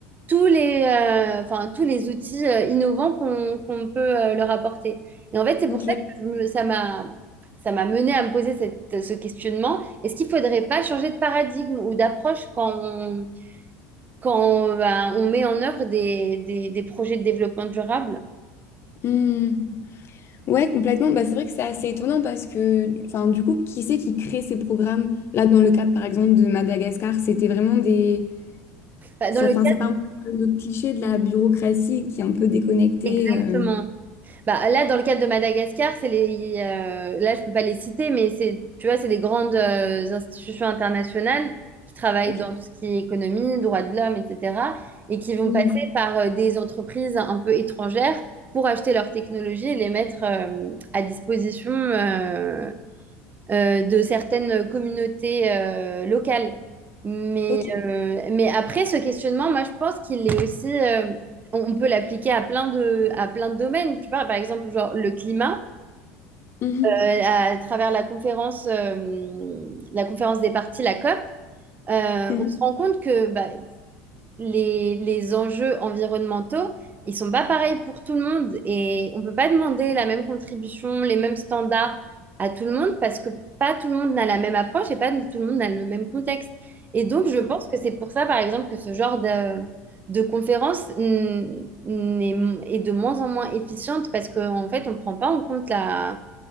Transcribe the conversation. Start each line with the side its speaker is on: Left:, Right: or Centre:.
Right: tous les, euh, enfin, tous les outils euh, innovants qu'on qu'on peut euh, leur apporter. Et en fait, c'est
Left: Ok.
Right: pour ça que je me- ça m'a ça m'a mené à me poser cette- ce questionnement. Est-ce qu'il ne faudrait pas changer de paradigme ou d'approche quand on, quand, ben, on met en œuvre des, des- des projets de développement durable?
Left: Hmm. Ouais, complètement. Bah, c'est vrai que c'est assez étonnant parce que, enfin, du coup, qui c'est qui crée ces programmes? Là, dans le cas, par exemple, de Madagascar, c'était vraiment des...
Right: Enfin,
Left: Ça,
Right: dans le
Left: enfin,
Right: cadre,
Left: ça fait un peu le cliché de la bureaucratie qui est un peu déconnectée.
Right: exactement.
Left: euh.
Right: Bah, là, dans le cadre de Madagascar, c'est les, il- euh, là, je peux pas les citer, mais c'est, tu vois, c'est des grandes euh, institutions internationales qui travaillent
Left: Ok.
Right: dans tout ce qui est économie, droits de l'homme, etc., et qui vont
Left: Hmm.
Right: passer par euh, des entreprises un peu étrangères pour acheter leurs technologies et les mettre euh, à disposition euh, euh, de certaines communautés euh, locales. Mais,
Left: Ok.
Right: euh, mais après, ce questionnement, moi, je pense qu'il est aussi, euh, on on peut l'appliquer à plein de, à plein de domaines. Tu vois, par exemple, genre le climat,
Left: Mhm.
Right: euh, à travers la conférence, euh, la conférence des parties, la COP, euh,
Left: Mhm.
Right: on se rend compte que bah, les, les enjeux environnementaux, ils sont pas pareils pour tout le monde et on peut pas demander la même contribution, les mêmes standards à tout le monde parce que pas tout le monde n'a la même approche et pas tout le monde n'a le même contexte. Et donc, je pense que c'est pour ça, par exemple, que ce genre de, de conférence mm, n'est- est de moins en moins efficiente parce qu'en fait, on ne prend pas en compte la,